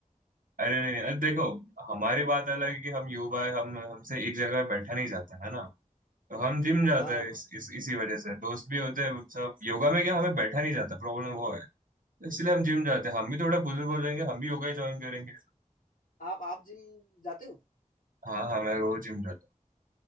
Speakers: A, on the right (about 85°); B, on the left (about 80°).
A: अरे नहीं अरे देखो
B: अ,
A: हमारी बात अलग है कि हम युवा है हम हमसे एक जगह बैठा नहीं जाता है ना तो हम जिम जाते
B: हाँ
A: हैं इस, इस, इसी वजह से दोस्त भी होते हैं सब योगा में क्या हमें बैठा नहीं जाता प्रॉब्लम वो इसलिए हम जिम जाते हैं हम भी थोड़े बुजुर्ग हो जाएंगे हम भी योगा ज्वाइन करेंगे
B: आप आप जिम जाते हो
A: हाँ हाँ मैं रोज जिम जाता